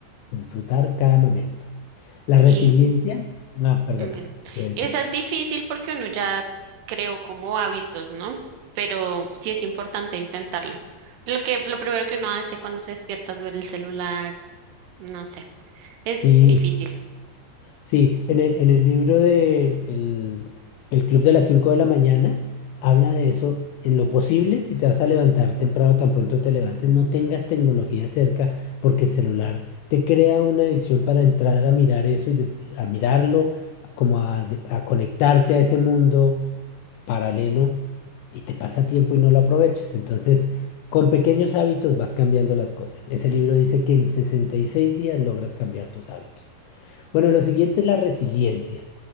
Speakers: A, on the left (about 85°); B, on the right (about 80°).
A: Disfrutar cada momento. La
B: Sí,
A: resiliencia, ah, perdona,
B: Ver.
A: ¿qué decías?
B: Esa es difícil porque uno ya creó como hábitos, ¿no? Pero sí es importante intentarlo. Lo que, lo primero que uno hace cuando se despierta es ver el celular, no sé, es
A: Sí,
B: difícil.
A: Sí, en el, en el libro de el, el Club de las cinco de la mañana habla de eso. En lo posible, si te vas a levantar temprano, tan pronto te levantes, no tengas tecnología cerca porque el celular te crea una adicción para entrar a mirar eso y des- a mirarlo, como a, de- a conectarte a ese mundo paralelo y te pasa tiempo y no lo aprovechas. Entonces, con pequeños hábitos vas cambiando las cosas. Ese libro dice que en 66 días logras cambiar tus hábitos. Bueno, lo siguiente es la resiliencia.